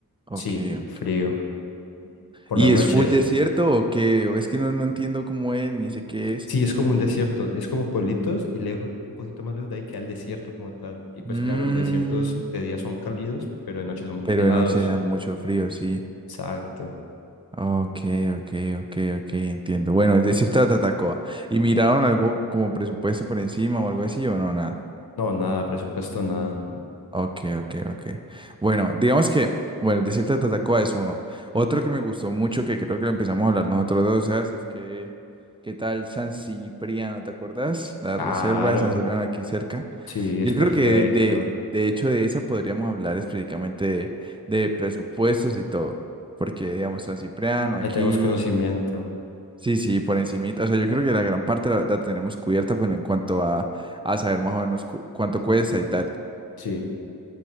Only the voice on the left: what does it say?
Sí,
frío. por
las noches.
Sí, es como un desierto, es como pueblitos y lejos, un poquito más lejos de ahí queda el desierto como tal. Y pues
claro, los desiertos de día son cálidos, pero de noche son
helados.
Exacto.
No, nada, presupuesto, nada.
Claro,
sí,
es perfecto.
Ya tenemos conocimiento.
Sí.